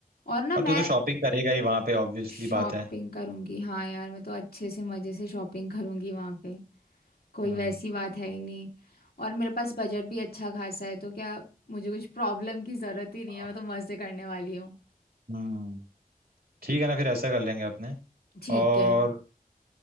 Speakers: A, on the left (about 85°); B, on the right (about 80°).
A: और ना
B: और
A: मैं
B: तू तो शॉपिंग करेगा ही वहां पे ऑब्वियसली
A: शॉपिंग
B: बात है
A: करूँगी हाँ यार मैं तो अच्छे से मज़े से शॉपिंग करूँगी वहाँ पे कोई
B: हम्म
A: वैसी बात है ही नहीं और मेरे पास बजट भी अच्छा खासा है तो क्या मुझे कुछ प्रॉब्लम की ज़रूरत ही नहीं
B: हाँ,
A: है मैं तो मज़े करने वाली हूँ
B: हम्म ठीक है ना फिर ऐसा कर लेंगे अपने
A: ठीक
B: और
A: है